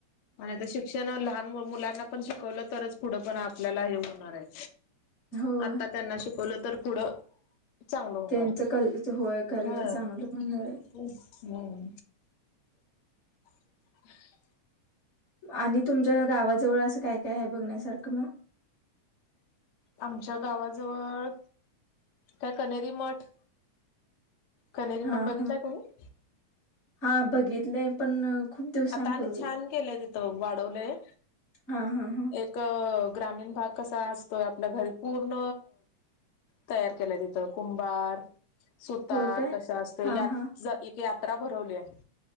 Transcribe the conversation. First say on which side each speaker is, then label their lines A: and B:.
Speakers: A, on the left (about 75°); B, on the left (about 35°).
A: आणि त शिक शिक्षण लहान मुलांना पण शिकवलं तरच पुढं पण आपल्याला हे होणार आहे
B: होय
A: आता त्यांना शिकवलं तर पुढं चांगलं होणार
B: त्यांचं कल होय करिअर
A: हम
B: चांगलं होणार आहे
A: हम्म <unintelligible>
B: आणि तुमच्या गावाजवळ असं काय काय आहे बघण्यासारखं मग
A: आमच्या गावाजवळ काय कनेरी मठ कनेरी
B: हा
A: मठ बघितलाय
B: हा
A: तुम्ही
B: हा बघितले पण खूप दिवसांपूर्वी
A: आता आणि छान केलंय तिथं वाढवलंय
B: हा हां हां
A: अ ग्रामीण भाग कसा असतोय आपल्या घरी पूर्ण तयार केल्या तिथं कुंभार सुतार
B: होय काय
A: कशा असत
B: हा हा
A: एक यात्रा भरवली आहे